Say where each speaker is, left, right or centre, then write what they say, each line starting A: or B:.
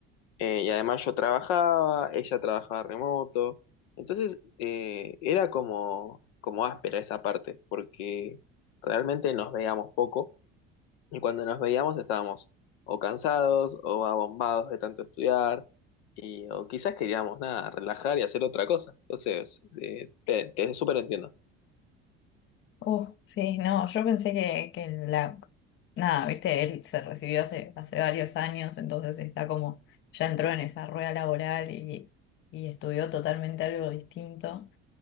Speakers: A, on the left; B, on the left.
A: Eh, y además yo trabajaba, ella trabajaba remoto. Entonces eh, era como, como áspera esa parte, porque realmente nos veíamos poco y cuando nos veíamos estábamos o cansados o abombados de tanto estudiar, y, o quizás queríamos nada, relajar y hacer otra cosa. Entonces, eh, te, te súper entiendo.
B: Uh, sí, no, yo pensé que, que la... Nada, viste, él se recibió hace, hace varios años, entonces está como, ya entró en esa rueda laboral y, y estudió totalmente algo distinto.